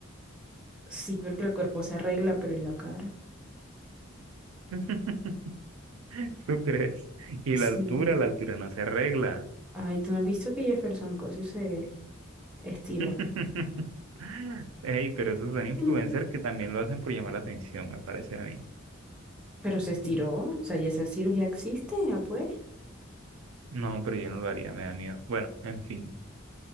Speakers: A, in the centre; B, on the right.
A: sí, porque el cuerpo se arregla, pero ¿y la cara?
B: <laughs> ¿Tú crees? Y
A: Sí.
B: la altura, la altura no se arregla.
A: Ay, ¿tú no has visto que Jefferson Cosio se estiró?
B: <laughs> Ey, pero esos son influencers
A: Mm.
B: que también lo hacen por llamar la atención, me parece a mí.
A: Pero se estiró, o sea, ya esa cirugía existe, ya pues.
B: No, pero yo no lo haría, me da miedo. Bueno, en fin.